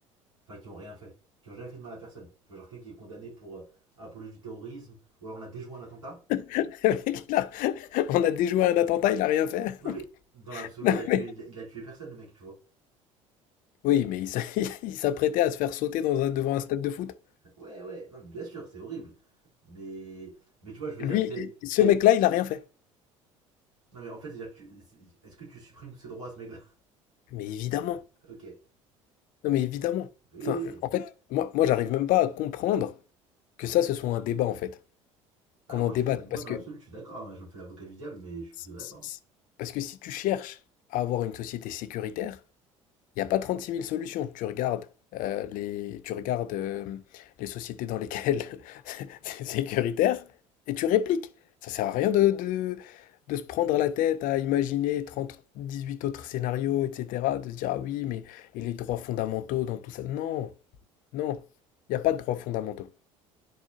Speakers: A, on the right; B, on the left.
A: Enfin, qui ont rien fait. Qui ont jamais fait de mal à personne. Tu vois, genre quelqu'un qui est condamné pour euh, apologie du terrorisme. Ou alors on a déjoué un attentat.
B: <laughs> Le mec, il a- on a déjoué un attentat, il a rien fait.
A: Non, mais
B: <laughs>
A: dans l'absolu,
B: Non,
A: il, a tué-
B: mais-
A: il, a- il a tué personne, le mec, tu vois.
B: oui, mais il s'a- <laughs> il s'apprêtait à se faire sauter dans un- devant un stade de foot.
A: Ouais, ouais. Non, mais bien sûr, c'est horrible. Mais. Mais tu vois, je veux
B: Lui,
A: dire, c'est.
B: ce mec-là, il a rien fait.
A: Non, mais en fait, c'est-à-dire, que tu... c'est- est-ce que tu supprimes tous ses droits à ce mec-là
B: Mais évidemment.
A: <laughs> Ok. Oui,
B: Non, mais évidemment.
A: oui,
B: Enfin,
A: oui.
B: en fait, moi, moi, j'arrive même pas à comprendre que ça, ce soit un débat, en fait.
A: Ah,
B: Qu'on
A: moi,
B: en débatte.
A: je suis, moi
B: Parce
A: dans
B: que
A: l'absolu, je suis d'accord. hein. Je me fais l'avocat du diable, mais je suis
B: Si-
A: plutôt d'accord.
B: si- si- Parce que si tu cherches à avoir une société sécuritaire, il n'y a pas trente-six mille solutions. Tu regardes, euh, les, tu regardes euh, les sociétés dans lesquelles <laughs> c'est sécuritaire et tu répliques. Ça sert à rien de, de, de se prendre la tête à imaginer trente dix-huit autres scénarios, etc. De se dire, ah oui, mais et les droits fondamentaux dans tout ça. Non, non, il n'y a pas de droits fondamentaux.